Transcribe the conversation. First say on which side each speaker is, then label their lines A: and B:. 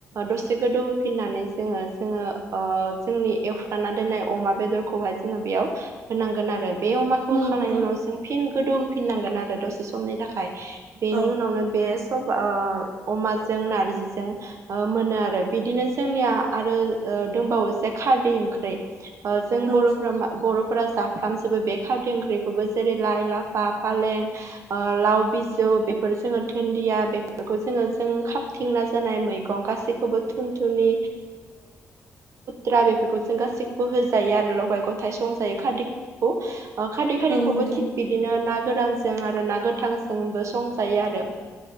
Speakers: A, on the right; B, on the right.
A: दसे गोदौ होफिननानै जोङो जोङो ओ जोंनि एवफ्रानना दोननाय अमा बेदरखौहाय जोङो बेयाव होनांगोन आरो बे अमाखौ
B: औ
A: होखांनायनि
B: नोंथां
A: उनाव जों फिन गोदौ होफिननांगोन आरो दसे समनि थाखाय बेनि
B: औ
A: उनावनो बे सब ओ अमाजों नारजिजों मोनो आरो बिदिनो जोंनिया आरो दंबावो खारदै ओंख्रि जों
B: औ
A: बर'फोरा बर फा जाफ्रामजोबो बे खारद ओंख्रिखौबो जेरै लाइ, लाफा, फालें लाव बिजौ बेफोर जोङो दन्दिया बेफोरखौ जोङो जों थिंना जानाय मैगं गासैखौबो थुन थुनिु थ्रा बेफोरखौ जों गासैखौबो होजायो आरो लगाय गथायाइ संजायो खारदैखौ खारदै खाारिखौबो
B: औ नोंथां
A: थिग बिदिनो ना गोरानजों आरो ना गोथांजोंबो संजायो आरो